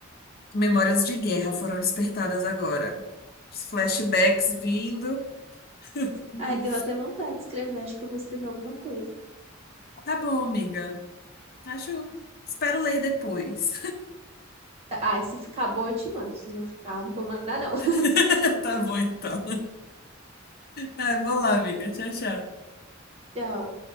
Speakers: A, on the left; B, on the right.
A: memórias de guerra foram despertadas agora. Os flashbacks vindo. Hum,
B: Ai, deu até vontade de escrever. Acho que eu vou escrever alguma coisa.
A: Tá bom, amiga. Acho. Espero ler depois.
B: Tá, Ah, se ficar bom, eu te mando. Se não ficar, eu não vou mandar, não. <laughs>
A: <laughs> Tá bom, então. Ai, vou lá, amiga. Tchau, tchau.
B: Tchau.